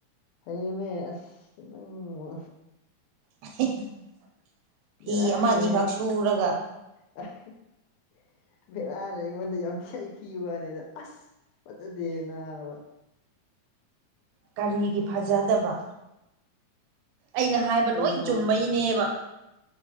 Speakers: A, on the left; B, on the right.
A: ꯍꯩꯌꯦꯃꯦ ꯑꯁ ꯅꯪꯕꯨ
B: <unintelligible> ꯐꯤ
A: ꯕꯦꯔꯥꯅꯤꯍꯦ
B: ꯑꯃ ꯑꯅꯤꯈꯛ ꯁꯨꯔꯒ
A: <unintelligible> ꯕꯦꯔꯥꯅꯦ ꯑꯩꯉꯣꯟꯗ ꯌꯥꯝ <unintelligible> ꯊꯤꯕꯋꯥꯅꯦꯗ ꯑꯁ ꯐꯖꯗꯦ ꯅꯥꯕ
B: ꯀꯔꯤꯒꯤ ꯐꯖꯗꯕ ꯑꯩꯅ ꯍꯥꯏꯕ
A: ꯑꯩꯁꯤꯕꯨ
B: ꯂꯣꯏ ꯆꯨꯝꯕꯩꯅꯦꯕ